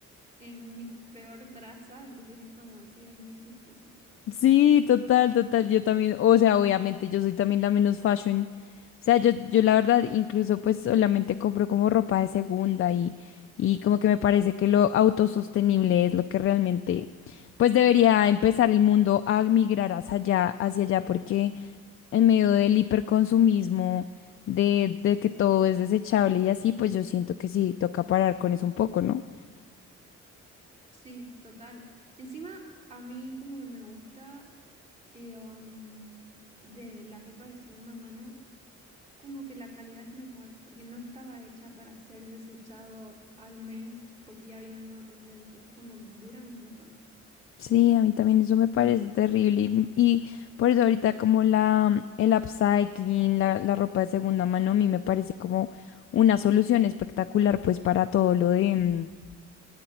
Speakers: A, on the right; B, on the left.
A: en mi peor traza, entonces es como, sí, es muy chistoso.
B: Sí, total, total. Yo también, o sea, obviamente yo soy también la menos fashion. O sea, yo, yo la verdad incluso pues solamente compro como ropa de segunda y, y como que me parece que lo autosostenible es lo que realmente pues debería empezar el mundo a migrar hacia allá, hacia allá, porque en medio del hiperconsumismo, de, de que todo es desechable y así, pues yo siento que sí, toca parar con eso un poco, ¿no?
A: Sí, total. Encima a mí como que me gusta eh, um, de la ropa de segunda mano. como que la calidad es mejor, porque no estaba hecha para ser desechado al mes, porque ya había una nueva tendencia, es como dura un montón.
B: Sí, a mí también eso me parece terrible y, y por eso ahorita como la, mm, el upcycling, la, la ropa de segunda mano, a mí me parece como una solución espectacular pues para todo lo de, mm,